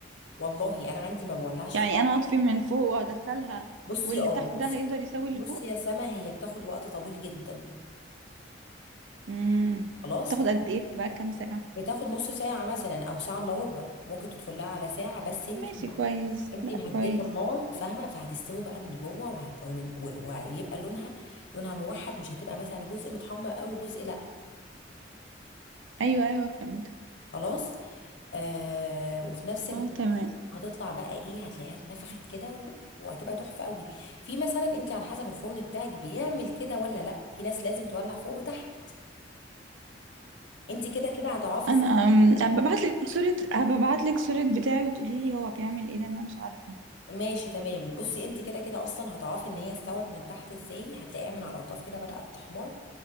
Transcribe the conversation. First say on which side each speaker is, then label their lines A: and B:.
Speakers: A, on the left (about 65°); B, on the right (about 85°).
A: والله انا عندي ما بولعش
B: يعني
A: فوق
B: انا هطفي من فوق وهدخلها
A: بصي
B: واللي
A: اه
B: تحت
A: بصي
B: ده هيقدر يساوي اللي
A: بصي
B: فوق
A: يا سما هي بتاخد وقت طويل جدا
B: امم
A: خلاص
B: تاخد قد ايه بقى كام ساعة
A: بتاخد نص ساعة مثلا او ساعة الا ربع ممكن تدخلها على ساعة بس انتي
B: ماشي كويس
A: انت
B: لا
A: مهديه
B: كويس
A: النار فاهمه فهتستوي بقى من جوه وهت... ومن... و- وهيبقى لونها لونها موحد مش هتبقى مثلا جزء متحمر قوي وجزء لا
B: ايوه ايوه فهمت
A: خلاص آه... وفي نفس الوقت
B: اه تمام
A: هتطلع بقى ايه هتلاقيها اتنفخت كده و... وهتبقى تحفه قوي في مثلا انت على حسب الفرن بتاعك بيعمل كده ولا لا في ناس لازم تولع فوق وتحت انت كده كده هتعرفي
B: انا
A: ازاي
B: أم، هبقى ابعت لك صورة هبقى ابعت لك صورة بتاعي وتقولي لي هو بيعمل ايه لان انا مش عارفة
A: ماشي تمام بصي انت كده كده اصلا هتعرفي ان هي استوت من تحت ازاي هتلاقيها من على الاطراف كده بدأت تحمر